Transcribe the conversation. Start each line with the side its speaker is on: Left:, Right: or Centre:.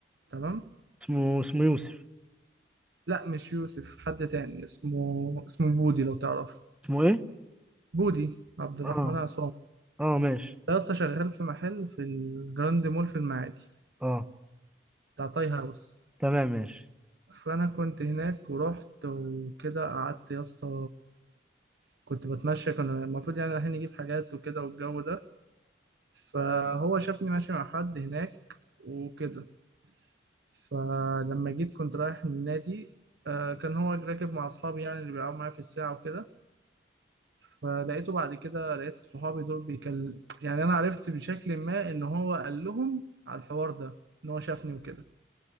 Right: تمام
Centre: اسمه اسمه يوسف
Right: لا مش يوسف حد تاني اسمه اسمه بودي لو تعرفه
Centre: اسمه ايه
Right: بودي عبد الرحمن
Centre: اه
Right: عصام
Centre: اه ماشي
Right: ده يا اسطى شغال في محل في الجراند مول في المعادي
Centre: اه
Right: بتاع تاي هاوس
Centre: تمام ماشي
Right: فانا كنت هناك ورحت وكده قعدت يا اسطى كنت بتمشى كنا المفروض يعني رايحين نجيب حاجات وكده والجو ده فهو شافني ماشي مع حد هناك وكده فلما جيت كنت رايح النادي آه، كان هو راكب مع أصحابي يعني اللي بيلعبوا معايا في الساعة وكده فلقيته بعد كده لقيت صحابي دول بيكل يعني أنا عرفت بشكل ما إن هو قال لهم على الحوار ده إن هو شافني وكده